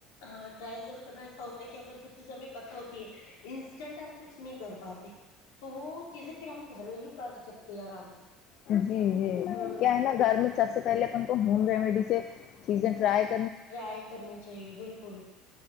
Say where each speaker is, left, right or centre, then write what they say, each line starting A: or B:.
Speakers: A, on the left; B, on the left.
A: ہاں ٹرائی ضرور کرنا ایسا ہوتا ہے کہ ا پ کچھ چیز ہمیں پت ہوتی ہے انسٹنٹ ہم کچھ نہیں کر پاتے تو وہ چیزیں پھر ہم گھریلو کر سکتے ہیں آرام سے
B: جی جی
A: ہوں
B: کیا ہے نا گھر میں سب سے پہلے اپن کو ہوم ریمیڈی سے چیزیں ٹرائی کر
A: ٹرائی کرنی چاہیے بالکل